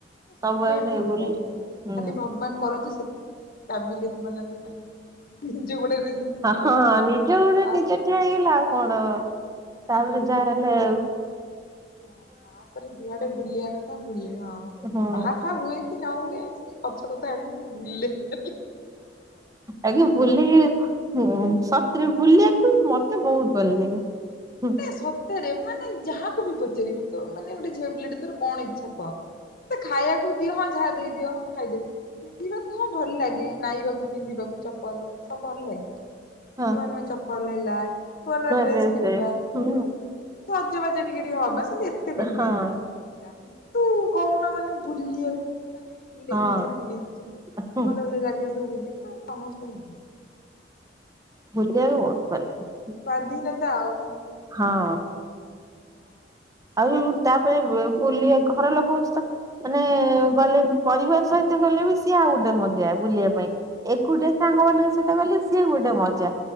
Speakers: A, on the left; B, on the right.
A: ସେଥିପାଇଁ
B: ସବୁଆଡେ
A: ଭଲ
B: ବୁଲି
A: ଲାଗେ
B: ହୁଁ
A: ଖାଲି ଭଗବାନ କରନ୍ତୁ ସେତି <unintelligible> ନିଜ ଗୋଡରେ
B: ହ ହଁ ନିଜ ଗୋଡେ
A: ତାପରେ
B: ନିଜେ ଠିଆ ହେଇଗଲେ ଆଉ
A: ହଁ
B: କଣ? ତାପରେ ଯା ହେଲେ
A: ହୁଁ ତାପରେ ଯୁଆଡେ ବୁଲିଆ କଥା ବୁଲି ହଁ
B: ହଁ
A: ବାହା ଫାହା ହୁଏ। ନ ହୁଅ ସିଏ ପଛକଥା ଆଗେ ବୁଲେ। ଖାଲି।
B: ଆଜ୍ଞା ବୁଲିକି ହୁଁ ସତ୍ରେ ବୁଲିବାକୁ ମତେ ବହୁତ ଭଲ ଲାଗେ। ହୁଁ
A: ସତରେ ମାନେ ଯାହାକୁ ବି ପଚାରିବା ତ ମାନ ଗୋଟେ ଝଅ ପିଲାଟେ ତୋର କଣ ଇଚ୍ଛା କହ ମତେ ଖାଇବାକୁ ଦିଅ ହଁ ଯାହା ଦେଇଦିଅ ମୁଁ ଖାଇଦେବି। ପିନ୍ଧିବାକୁ ହଁ ଭଲ ଲାଗେ। ନାଇବାକୁ ପିନ୍ଧିବାକୁ ଚପଲ ସବୁ ଭଲ ଲାଗେ। ନୂଆ
B: ହଁ
A: ନୂଆ ଚପଲ। ଲେଲାଏ। ନୂଆ ନୂଆ ଡ୍ରେସ୍
B: ଡ୍ରେସ
A: କିଣିବା।
B: ହୁଁ
A: ଭଜବାଜ ଟିକେ ଟିକେ ହବା ସେମତି ଏତେ ବି ନୁହେଁ
B: ହଁ
A: ହେଟା। ତୁ କହୁନ ମାନେ ବୁଲିବାକୁ। ମାନେ ଏଠିକି
B: ହଁ
A: ନେଇଯିବି ସେଠିକି ନେଇଯିବି ସେଠିକି
B: ହୁଁ
A: ଭଲ ଭଲ ଜାଗା ସବୁ ବୁଲି ତ। ସମସ୍ତଙ୍କୁ,
B: ବୁଲିବାକୁ ବହୁତ ଭଲଲାଗେ
A: ସ୍ୱାଧୀନତା ଆଉ ମାନେ ଯେମିତି ଆଉ
B: ହଁ
A: ହଁ।
B: ଆଉ ତାପରେ ବୁଲିବାକୁ। ଘର ଲୋକଙ୍କ ସହିତ ମାନେ ଗଲେ ବି ପରିବାର ସହିତ ଗଲେ ବି ସିଏ ଆଉ ଗୋଟେ ମଜା ବୁଲିବା ପାଇଁ ଏକୁଟିଆ ସାଙ୍ଗମାନାନଙ୍କ ସହିତ ଗଲେ ସିଏ ଗୋଟେ ମଜା।